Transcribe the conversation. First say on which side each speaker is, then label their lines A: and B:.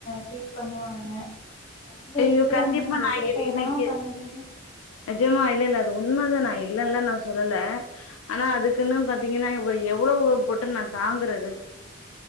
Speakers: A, on the left; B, on the left.
A: ஃபீல் பண்ணுவாங்க கொழந்த
B: ஐயோ
A: இருக்கிறவங்க
B: கண்டிப்ப
A: இந்த
B: நா
A: சேட்டையெல்லா
B: இது இன்னைக்கு
A: பண்ணுதேன்னு
B: நெஜமா இல்ல இல்ல அஹ் உண்ம தா நா இல்லன்லா நா சொல்லல ஆனா அதுக்குன்னு
A: ம்
B: பாத்தீங்கனா இவ இவ் எவளோ வோட் போட்டு நா தாங்குறது